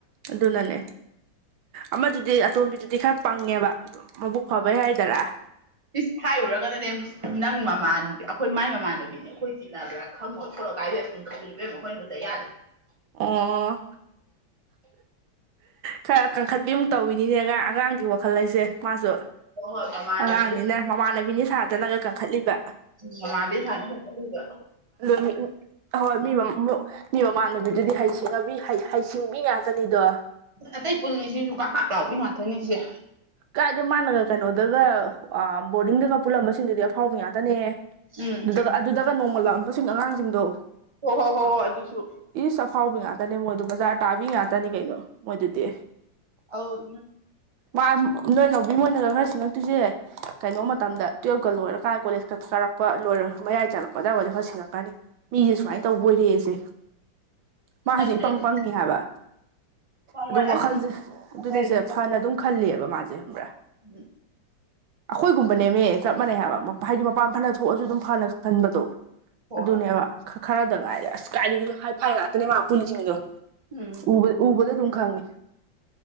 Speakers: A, on the right (about 85°); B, on the right (about 30°).
A: ꯑꯗꯨ ꯅꯅꯦ ꯑꯃꯗꯨꯗꯤ ꯑꯇꯣꯝꯕꯤꯗꯨꯗꯤ ꯈꯔ ꯄꯪꯉꯦꯕ ꯃꯕꯨꯛ ꯐꯕ ꯌꯥꯏꯗꯔ
B: ꯏꯁꯤꯁ ꯍꯥꯏꯔꯨꯔꯒꯅꯅꯦ ꯅꯪ ꯃꯃꯥꯟ ꯑꯩꯈꯣꯏ ꯃꯥꯏ ꯃꯃꯥꯟꯅꯕꯤ ꯑꯩꯈꯣꯏꯗꯤꯖꯤꯟꯅꯕ꯭ꯔꯥ ꯈꯪꯉꯣ ꯊꯂꯛ ꯀꯥꯏ ꯂꯣꯏꯕ ꯁꯨꯝ ꯈꯧꯕꯤꯕ꯭ꯔꯩ ꯑꯩꯈꯣꯏꯅꯗꯛꯇ ꯌꯥꯗꯦ
A: ꯑꯣ ꯈꯔ ꯀꯟꯈꯠꯄꯤꯃꯨꯛ ꯇꯧꯋꯤꯅꯤꯅꯦꯒ ꯑꯉꯥꯡꯒꯤ ꯋꯥꯈꯜ ꯂꯩꯁꯦ ꯃꯥꯁꯨ
B: ꯍꯣꯏ ꯍꯣꯏ ꯃꯃꯥꯟꯅꯕꯤꯗꯣ
A: ꯑꯉꯥꯡꯅꯤꯅ ꯃꯃꯥꯟꯅꯕꯤꯅꯤ ꯁꯥꯗꯅꯒ ꯀꯟꯈꯠꯂꯤꯕ
B: ꯃꯥ ꯁꯥꯟꯅ ꯊꯒ
A: ꯑꯗꯨ ꯍꯣꯏ ꯃꯤ ꯃ ꯃꯤ ꯃꯃꯥꯟꯅꯕꯤꯗꯨꯗꯤ ꯍꯉ ꯍꯩꯁꯤꯡꯕꯤ ꯉꯥꯛꯇꯅꯤꯗꯣ
B: ꯑꯇꯩ ꯄꯨꯟꯜꯂꯤꯁꯤꯁꯨ ꯀꯀꯥꯞ ꯂꯥꯎꯕꯤ ꯉꯥꯛꯇꯅꯤꯁꯦ
A: ꯀꯥꯏꯗꯦ ꯃꯥꯥꯟꯒ ꯀꯩꯅꯣꯗꯒ ꯑ ꯕꯣꯔꯗꯤꯡꯗꯒ ꯄꯨꯜꯂꯝꯕꯁꯤꯡꯗꯨꯗꯤ ꯑꯐꯥꯎꯕ ꯉꯥꯛꯇꯅꯦ
B: ꯎꯝ
A: ꯑꯗꯨꯗꯒ ꯑꯗꯨꯗꯒ ꯅꯣꯡꯃ ꯂꯥꯛꯑꯝꯕꯁꯤꯡ ꯑꯉꯥꯡꯁꯤꯡꯗꯣ
B: ꯍ ꯍꯣ ꯍꯣ ꯍ ꯑꯗꯨꯁꯨ
A: ꯏꯁ ꯑꯐꯥꯎꯕꯤ ꯉꯥꯛꯇꯅꯦ ꯃꯣꯏꯗꯣ ꯕꯖꯥꯔ ꯇꯥꯕꯤ ꯉꯥꯛꯇꯅꯤ ꯀꯩꯅꯣ ꯃꯣꯏꯗꯨꯗꯤ
B: ꯍꯧ
A: ꯃꯥ ꯅꯣꯏꯅꯥꯎꯕꯤ ꯃꯣꯏꯅꯒ ꯈꯔ ꯁꯤꯡꯉꯛꯇꯣꯏꯁꯦ ꯀꯩꯅꯣ
B: ꯎꯝ
A: ꯃꯇꯝꯗ ꯇꯨꯌꯦꯦꯜꯞꯀ ꯂꯣꯏꯔꯀꯥꯟ ꯀꯣꯂꯦꯖꯀ ꯀꯥꯔꯛꯄ ꯂꯣꯏꯔꯒ ꯃꯌꯥꯏ ꯆꯥꯂꯛꯄꯗꯕꯨꯗꯤ ꯈꯔꯁꯤꯡꯉꯛꯀꯅꯤ ꯃꯤꯁꯦ ꯁꯨꯃꯥꯏꯅ ꯇꯧꯕ ꯑꯣꯏꯔꯦꯁꯦ
B: ꯅꯠꯇ꯭ꯔꯗꯤ
A: ꯃꯥꯁꯦ ꯏ ꯄꯪ ꯄꯪꯅꯤ ꯍꯥꯏꯕ
B: ꯈꯪꯉꯣꯏ
A: ꯑꯗꯨꯝ ꯋꯥꯈꯜꯁꯦ
B: ꯑꯁ
A: ꯑꯗꯨꯅꯦꯁꯦ
B: ꯍꯥꯏꯔ ꯑꯗꯨꯝ ꯆꯠꯄꯅꯤ
A: ꯐꯅ ꯑꯗꯨꯝ ꯈꯜꯂꯦꯕ ꯃꯥꯁꯦ ꯈ꯭ꯔꯥ
B: ꯎꯝ
A: ꯑꯩꯈꯣꯏꯒꯨꯝꯕꯅꯦꯃꯦ ꯆꯞ ꯃꯥꯟꯅꯩ ꯍꯥꯏꯕ ꯍꯥꯏꯗꯤ ꯃꯄꯥꯟ ꯐꯅ ꯊꯣꯛꯑꯁꯨ ꯑꯗꯨꯝ ꯐꯅ ꯈꯟꯕꯗꯣ
B: ꯍꯣꯏ
A: ꯑꯗꯨꯅꯦꯕ ꯈꯔꯗ ꯉꯥꯏꯔꯦ ꯑꯁ ꯀꯥꯏꯔꯤꯒꯤꯗꯣ ꯍꯥꯏꯐ ꯉꯥꯛꯇꯅꯦ ꯃꯥ ꯄꯨꯟꯁꯤꯡꯗꯣ
B: ꯎꯝ
A: ꯎꯕ ꯎꯕꯂ ꯊꯝ ꯈꯥꯡꯉꯦ